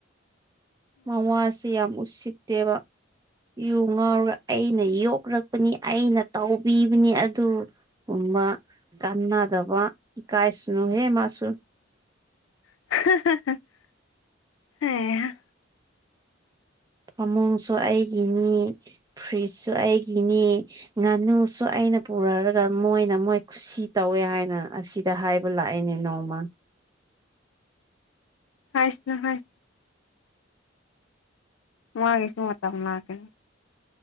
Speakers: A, on the left; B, on the right.
A: ꯎꯝ
B: ꯃꯋꯥꯁꯦ ꯌꯥꯝ ꯎꯁꯤꯠꯇꯦꯕ ꯌꯨ ꯉꯥꯎꯔꯒ ꯑꯩꯅ ꯌꯣꯛꯂꯛꯄꯅꯤ ꯑꯩꯅ ꯇꯥꯎꯕꯤꯕꯅꯤ ꯑꯗꯨ ꯨꯒꯨꯝꯕ ꯀꯥꯟꯅꯗꯕ ꯏꯀꯥꯏꯁꯅꯨꯍꯦ ꯃꯥꯁꯨ
A: <unintelligible> ꯎꯝ
B: ꯐꯃꯨꯡꯁꯨ ꯑꯩꯒꯤꯅꯤ ꯐ꯭ꯔꯤꯖꯁꯨ ꯑꯩꯒꯤꯅꯤ ꯉꯥꯅꯨꯁꯨ ꯑꯩꯅ ꯄꯨꯔꯔꯒ ꯃꯣꯏꯅ ꯃꯣꯏ ꯈꯨꯁꯤ ꯇꯧꯋꯦ ꯍꯥꯏꯅ ꯑꯁꯤ ꯁꯤꯗ ꯍꯥꯏꯕ ꯂꯥꯛꯏꯅꯦ ꯅꯣꯡꯃ
A: ꯍꯥꯏꯁꯅ ꯍꯥꯏ ꯃꯥꯒꯤꯁꯨ ꯃꯇꯝ ꯂꯥꯛꯈꯤꯅꯤ